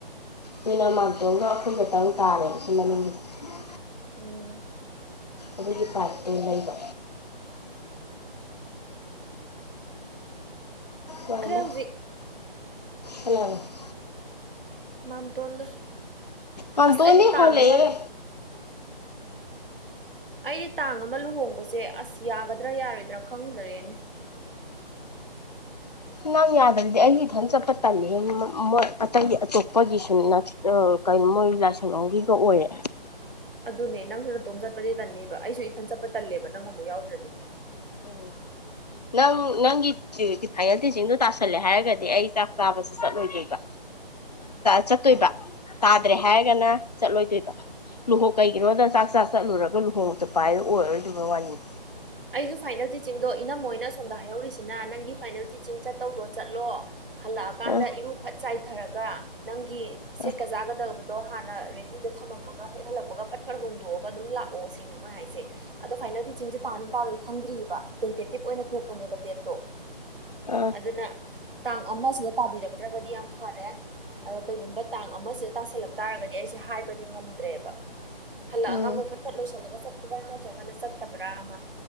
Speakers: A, on the left (about 45°); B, on the right (about 65°).
A: ꯇꯨꯅ ꯃꯥꯝꯇꯣꯛꯅ ꯑꯩꯈꯣꯏ ꯈꯛꯇꯪ ꯇꯥꯔꯦ ꯁꯤ ꯃꯅꯤꯡꯁꯤꯗ
B: ꯎꯝ
A: ꯑꯗꯨꯒꯤ ꯄꯥꯏꯞ ꯇꯨ ꯂꯩꯕ
B: ꯎꯝ ꯎꯝ
A: ꯋꯥ ꯈꯕ
B: ꯍꯧꯖꯤꯛ
A: <unintelligible>
B: ꯃꯥꯝꯇꯣꯟꯗ
A: ꯃꯥꯝꯇꯣꯟꯗꯤ
B: ꯑꯁ ꯑꯩꯗꯤ ꯇꯥꯡ
A: ꯍꯜꯂꯛꯑꯦ
B: ꯑꯃ ꯑꯩꯗꯤ ꯇꯥꯡ ꯑꯃ ꯂꯨꯍꯣꯡꯕꯁꯦ ꯑꯁ ꯌꯥꯒꯗ꯭ꯔꯥ ꯌꯥꯔꯣꯏꯗ꯭ꯔꯥ ꯈꯪꯗꯔꯦꯅꯦ
A: ꯅꯪ ꯌꯥꯗ꯭ꯔꯗꯤ ꯑꯩ ꯏꯊꯟ ꯆꯠꯄ ꯇꯜꯂꯤ ꯃꯣꯏ ꯑꯇꯩꯒꯤ ꯑꯇꯣꯞꯄꯒꯤꯁꯨ ꯅꯠꯇꯦ ꯀꯩꯅꯣ ꯃꯣꯏ ꯂꯥꯏꯁꯪꯕꯝꯒꯤꯒ ꯑꯣꯏꯔꯦ
B: ꯑꯗꯨꯅꯦ ꯅꯪꯁꯨ ꯅꯇꯣꯝ ꯆꯠꯄꯗꯤ ꯇꯟꯅꯦꯕ ꯑꯩꯁꯨ ꯏꯊꯟ ꯆꯠꯄ ꯇꯜꯂꯦꯕ ꯅꯪ ꯑꯃꯨꯛ ꯌꯥꯎꯗ꯭ꯔꯗꯤ
A: ꯎꯝ ꯅꯪ ꯅꯪꯒꯤ ꯐꯥꯏꯅꯦꯜ ꯇꯤꯆꯤꯡꯗꯣ ꯇꯥꯁꯜꯂꯦ ꯍꯥꯏꯔꯒꯗꯤ ꯑꯩ ꯆ ꯆꯥꯕꯁꯨ ꯆꯠꯂꯣꯏꯗꯣꯏꯕ ꯆꯠꯇꯣꯏꯕ ꯇꯥꯗ꯭ꯔꯦ ꯍꯥꯏꯔꯒꯅ ꯆꯠꯂꯣꯏꯗꯣꯏꯕ ꯂꯨꯍꯣꯡ ꯀꯩꯒꯤꯅꯣꯗ ꯆꯥꯛ ꯆꯥ ꯆꯠꯂꯨꯔꯒ ꯂꯨꯍꯣꯡ ꯆꯠꯄ ꯍꯥꯏꯗꯣ ꯑꯣꯏꯔꯣꯏꯗꯕ ꯋꯥꯔꯤꯅꯤ
B: ꯑꯩꯁꯨ ꯐꯥꯏꯅꯦꯜ ꯇꯤꯆꯤꯡꯗꯣ ꯏꯅꯝꯃꯣꯏꯅ ꯁꯣꯝꯗ ꯍꯥꯏꯍꯧꯔꯤꯁꯤꯅ ꯅꯪꯒꯤ ꯐꯥꯏꯅꯦꯜ ꯇꯤꯆꯤꯡ ꯆꯠꯇꯧꯗꯣ ꯆꯠꯂꯣ ꯍꯜꯂꯛꯑꯀꯥꯟꯗ
A: ꯑ
B: ꯏꯔꯨ ꯐꯠ ꯆꯥꯏꯊꯔꯒ ꯅꯪꯒꯤ ꯁꯦꯠꯀ
A: ꯑ
B: ꯆꯥꯒꯗꯕꯗ ꯗꯣ ꯍꯥꯟꯅ ꯔꯦꯗꯤꯗ ꯊꯝꯃꯝꯃꯒ ꯍꯦꯛ ꯍꯜꯂꯛꯄꯒ ꯐꯠ ꯐꯠ ꯍꯣꯡꯗꯣꯛꯑꯒ ꯑꯗꯨꯝ ꯂꯥꯛꯑꯣ ꯁꯤꯅꯤ ꯃꯣꯏ ꯍꯥꯏꯁꯦ꯫ ꯑꯗꯣ ꯐꯥꯏꯅꯜ ꯊꯤꯆꯤꯡꯁꯦ ꯇꯥꯅꯤ ꯇꯥꯔꯣꯏ ꯈꯪꯗ꯭ꯔꯤꯕ ꯇꯦꯟꯇꯦꯇꯤꯞ ꯑꯣꯏꯅ ꯊꯣꯛꯄꯅꯦꯕ ꯗꯦꯠꯇꯣ
A: ꯑ
B: ꯑꯗꯨꯅ ꯇꯥꯡ ꯑꯃꯁꯤꯗ ꯇꯥꯕꯤꯔꯛꯇ꯭ꯔꯒꯗꯤ ꯌꯥꯝ ꯐꯔꯦ ꯑꯗꯣ ꯀꯩꯒꯨꯝꯕ ꯇꯥꯡ ꯑꯃꯁꯤꯗ ꯇꯥꯁꯜꯂꯛ ꯇꯥꯔꯒ ꯗꯤ ꯑꯩꯁꯦ ꯍꯥꯏꯕꯗꯤ ꯉꯝꯗ꯭ꯔꯦꯕ ꯍꯜꯂꯛꯑꯒ
A: ꯎꯝ
B: ꯑꯃꯨꯛ ꯐꯠ ꯐꯠ ꯂꯣꯏꯁꯤꯜꯂꯒ ꯆꯠꯄꯗ ꯅꯠꯇ꯭ꯔꯒꯅ ꯆꯠ ꯇꯕ꯭ꯔꯥ ꯑꯃ꯫